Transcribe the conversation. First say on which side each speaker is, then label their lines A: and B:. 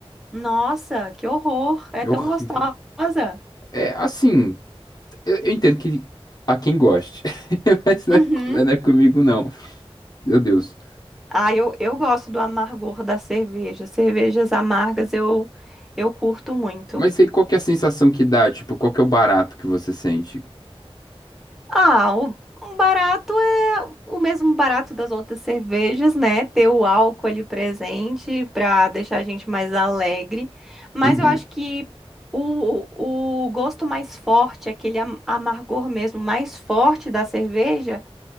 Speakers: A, in the centre; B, on the left.
A: Nossa, que horror! É
B: É
A: tão
B: horrível.
A: gostosa.
B: É, assim, eu, eu entendo que há quem goste, <laughs> mas não
A: Uhum.
B: é, co- não é comigo não. Meu Deus.
A: Ah, eu, eu gosto do amargor da cerveja. Cervejas amargas eu, eu curto muito.
B: Mas aí qual que é a sensação que dá? Tipo, qual que é o barato que você sente?
A: Ah, o, o barato é o mesmo barato das outras cervejas, né? Ter o álcool ali presente para deixar a gente mais alegre. Mas
B: Uhum,
A: eu acho que o, o gosto mais forte, aquele am- amargor mesmo mais forte da cerveja,